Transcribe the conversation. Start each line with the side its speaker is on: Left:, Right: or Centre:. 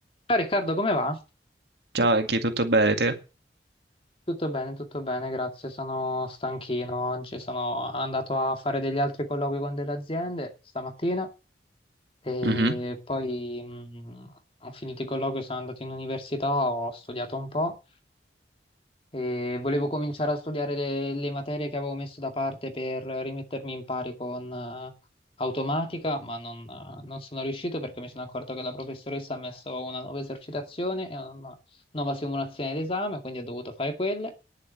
Left: Ciao Riccardo, come va?
Right: Ciao Eghi, tutto bene te?
Left: Tutto bene, tutto bene, grazie. Sono stanchino oggi, sono andato a fare degli altri colloqui con delle aziende stamattina e
Right: Mhm.
Left: poi mh, ho finito i colloqui, sono andato in università, ho studiato un po' e volevo cominciare a studiare le, le materie che avevo messo da parte per rimettermi in pari con eh, automatica, ma non, eh, non sono riuscito perché mi sono accorto che la professoressa ha messo una nuova esercitazione e una nuova simulazione d'esame, quindi ho dovuto fare quelle.